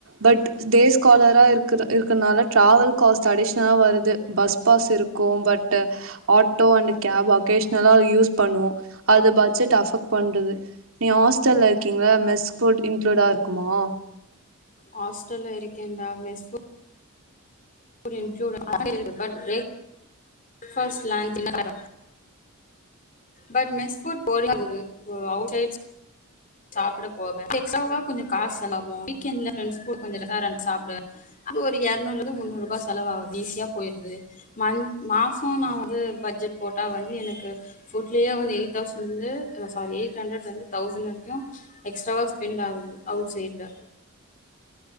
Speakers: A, on the right (about 70°); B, on the left (about 35°).
A: but டேஸ்காலரா இருக்கற இருக்றனால டிராவல் காஸ்ட் அடிஷ் தா வருது பஸ் பாஸ் இருக்கு பட் ஆட்டோ அண்ட் கேப் அக்கேஷ்னலா யூஸ் பண்ணுவோ அது பட்ஜெட் அபெக்ட் பண்றது நீ ஹாஸ்டல்ல இருக்கீங்களா மெஸ் ஃபுட் இன்க்ளூடா இருக்குமா
B: ஹாஸ்டல்ல இருக்கேன்தா mess put <unintelligible> but mess food போறீங்க வு ஒ அவுடேஜ் சாப்ட போவே எக்ஸாவா கொஞ்ச காஸ் செலவாவு வீக்கேன்ல ஃபிரன்ஸ் கூட கொஞ்ச ரெசாரென்ட் சாப்டுவே அது ஒரு இரநூறுல இருந்து முன்னூறுபா செலவாவுது ஈஸியா போயிருது மந்த் மாசோ நா வந்து பட்ஜெட் போட்டா வந்து எனக்கு ஃபுட்லியே வந்து எயிட் தௌசண்ட்லருந்து சாரி எயிட் ஹண்டர்லருந்து தௌசண்ட் வரிக் எக்ஸ்ட்ராவா ஸ்பெண்ட் ஆகுது அவுட் சைட்ல